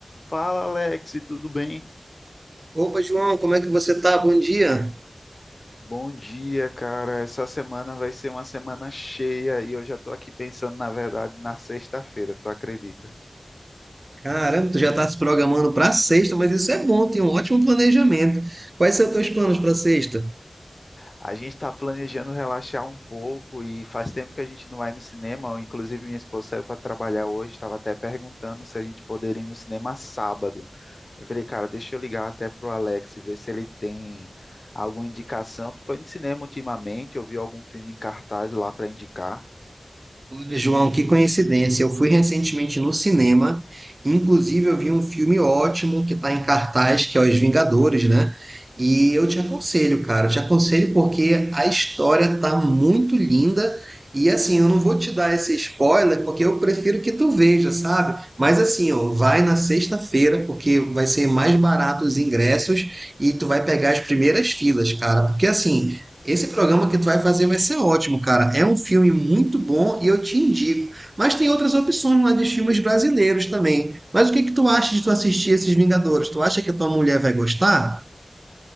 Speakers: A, on the left; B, on the right.
A: Fala, Alex, tudo bem?
B: Opa, João, como é que você tá? Bom dia.
A: Bom dia, cara. Essa semana vai ser uma semana cheia e eu já tô aqui pensando, na verdade, na sexta-feira, tu acredita?
B: Caramba, tu já tá se programando para sexta, mas isso é bom, tem um ótimo planejamento. Quais são os teus planos para sexta?
A: A gente tá planejando relaxar um pouco e faz tempo que a gente não vai no cinema. Inclusive, minha esposa saiu para trabalhar hoje, estava até perguntando se a gente poderia ir no cinema sábado. Eu falei, cara, deixa eu ligar até pro Alex e ver se ele tem alguma indicação. Tu foi no cinema ultimamente? Eu vi algum filme em cartaz lá para indicar?
B: Olha, João, que coincidência. Eu fui recentemente no cinema, inclusive eu vi um filme ótimo que está em cartaz, que é Os Vingadores, né? E eu te aconselho, cara, eu te aconselho porque a história tá muito linda. E assim, eu não vou te dar esse spoiler porque eu prefiro que tu veja, sabe? Mas assim, ó, vai na sexta-feira porque vai ser mais barato os ingressos e tu vai pegar as primeiras filas, cara. Porque assim, esse programa que tu vai fazer vai ser ótimo, cara. É um filme muito bom e eu te indico. Mas tem outras opções lá de filmes brasileiros também. Mas o que que tu acha de tu assistir esses Vingadores? Tu acha que a tua mulher vai gostar?